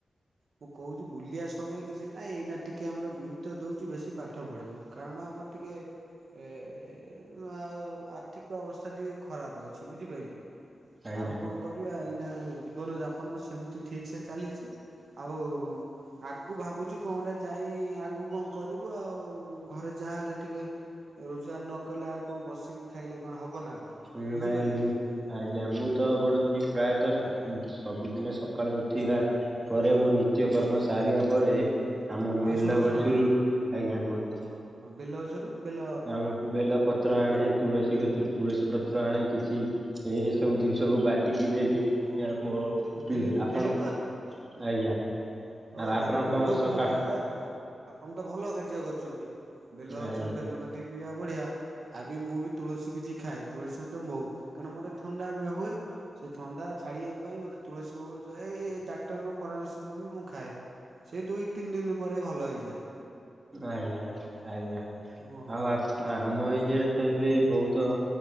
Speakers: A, on the right; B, on the right.
A: ମୁଁ କହୁଛି ବୁଲିବା ସମୟ କିଛି ନାହିଁ ଏଇନା ଟିକେ ଆମର ଗୁରୁତ୍ୱ ଦଉଛୁ ବେଶୀ ପାଠ ପଢାକୁ। କାରଣ ଆମର ଟିକେ ଏ ଆଉ ଆର୍ଥିକ ଅବସ୍ଥା ଟିକେ ଖରାପ ଅଛି ବୁଝିପାଇଲେ?
B: ଆଜ୍ଞା।
A: ଆଉ କଣ କରିବା ଏଇନା ଜୀବନ ଯାପନ ସେମିତି ଠିକ ସେ ଚାଲିଛି। ଆଉ ଆଗକୁ ଭାବୁଛୁ କଣଗୋଟା ଯାଇ ଆଗକୁ କଣ କରିବୁ ଆଉ ଘରେ ଯାହାହେଲେ ଟିକେ ରୋଜଗାର ନ କଲେ ଆଉ କଣ ବସିକି ଖାଇଲେ କଣ ହବ ନା କଣ।
B: <unintelligible>
A: ବୁଝିପାରିଲେ ତ
B: ଆଜ୍ଞା ମୁଁ ତ ବଡ ଭାଇ ପ୍ରାୟତଃ ସକୁ ସବୁଦିନେ ସକାଳୁ ଉଠିବା ପରେ ମୁଁ ନିତ୍ୟ କର୍ମ ସାରିବା ପରେ ଆମ
A: ଆଉ
B: ବେଲ
A: ଶୁଣ
B: ଗଛରୁ
A: ଶୁଣ ଶୁଣ
B: ଆଜ୍ଞା କୁହନ୍ତୁ
A: ହଁ ହଁ ବେଲ ଗଛରୁ ବେଲ
B: ଆମ ବେଲ ପ ତ୍ର ଆଣେ ତୁଳସୀ ଗଛରୁ ତୁଳସୀ ପତ୍ର ଆଣେ କିଛି ଏ ଏସବୁ ଜିନିଷକୁ ବା ଟିକି ଡେଲି
A: ଓହୋ
B: ଆମ ପି
A: ଦେଲି
B: ଆପଣ
A: ଦେଲି
B: ଆଜ୍ଞା
A: ହ
B: ଆପଣ
A: ଦେଲିପିନ
B: କଣ
A: ବହୁତ
B: ସକାଳ
A: ଅଧିକ ଏ ବ ଆପଣ ତ ଭଲ କାର୍ଯ୍ୟ କରୁଛନ୍ତି। ବେଲ ଗଛରୁ
B: ଆଜ୍ଞା
A: ବେଲ କାଟିକି ପିଇବା ବଢିଆ। ଆ ବି ମୁଁ ବି ତୁଳସୀ କିଛି ଖାଏ ତୁଳସୀ ସହିତ ମହୁ କାରଣ ମତେ ଥଣ୍ଡା ହୁଏ। ସେ ଥଣ୍ଡା ଛାଡିବା ପାଇଁ ମତେ ତୁଳସୀ ମହୁ ଯାଏ ଡାକ୍ତରଙ୍କ ପରାମର୍ଶ କମି ମୁଁ ଖାଏ ସେ ଦୁଇ ତିନି ଦିନ ପରେ ଭଲ ହୋଇଯାଏ।
B: ଆଜ୍ଞା ଆଜ୍ଞା
A: ଓହୋ
B: ଆଉ ଆମ ଇଏରେ ତ ଏବେ ବହୁତ